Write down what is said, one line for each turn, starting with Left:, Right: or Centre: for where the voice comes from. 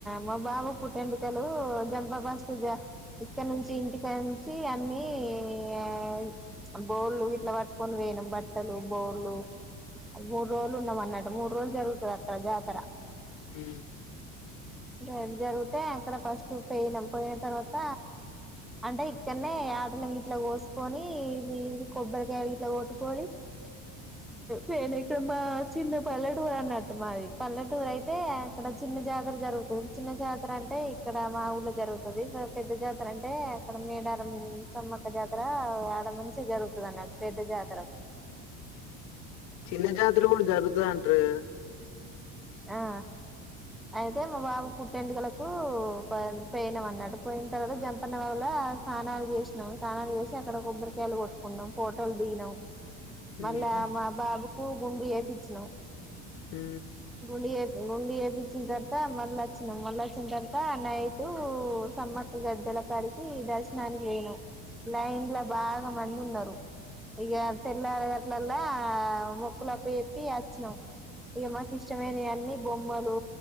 Centre: మా బాబు పుట్టింటికులు జంపా <unintelligible> ఇక్కడ నుంచి ఇంటి కాడ నుంచి అన్నీ ఆ ప్చ్ భోల్లు ఇట్ల పట్టుకొని పోయినాం బట్టలు బొల్లు ఆడ మూడు రోజులు ఉన్నాం అన్న మూడు రోజులు జరుగుతది అక్కడ జాతర
Left: ఉ
Centre: జన్ జరిగితే అక్కడ ఫస్ట్ పోయినం పోయిన తర్వాత అంటే ఇక్కడనే యాటల్ని ఇట్ల కోసుకొని ఏయ్ ఇది ఇది కొబ్బరికాయ ఇట్ల కొట్టుకోనీ నేను అయితే మా చిన్న పల్లెటూరు అన్నట్టు మాది పల్లెటూరు అయితే అక్కడ చిన్న జాతర జరుగుతుంది చిన్న జాతర అంటే ఇక్కడ మా ఊళ్లో జరుగుతుంది పెద్ద జాతర అంటే అక్కడ మేడారం ఉ సమ్మక్క జాతర ఓ యాడ నుంచి జరుగుతుంది అన్నట్టు పెద్ద జాతర
Left: చిన్న జాతర కూడా జరుగుతాది అంటార్
Centre: ఆ అయితే మా బాబు పుట్టి వెంట్రుకలకు పోయి పోయినాం అన్నట్టు పోయిన తర్వాత జంపన్న వాగుల తానాలు చేసినాం తానాలు చేసి అక్కడ కొబ్బరికాయలు కొట్టుకున్నాం ఫోటోలు దిగినం
Left: హ్మ్
Centre: మళ్ళా మా బాబుకు గుండు చేపించినామ్
Left: ఉ
Centre: గుండు చేపి గుండు చేపిచ్చిన తర్వాత మళ్ళ వచ్చినామ్ మల్ల వచ్చిన తర్వాత నై టు సమ్మక్క గద్దెల కాడికి దర్శనానికి పోయినామ్ లైన్ లో బాగా మంది ఉన్నారు ఇక తెల్లారి గట్ల ఆళ్ల మొక్కుల అప్ప చెప్పి వచ్చినాం ఇగ మాకి ఇష్టమైనవి అన్ని బొమ్మలు